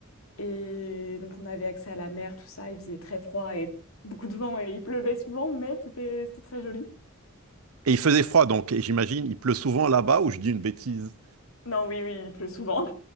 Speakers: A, on the left; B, on the right.
A: Et donc, on avait accès à la mer, tout ça. Il faisait très froid et beaucoup de vent et il pleuvait souvent, mais c'était c'était très joli.
B: Et il faisait froid, donc, et j'imagine, il pleut souvent là-bas ou je dis une bêtise?
A: Non, oui, oui, il pleut souvent.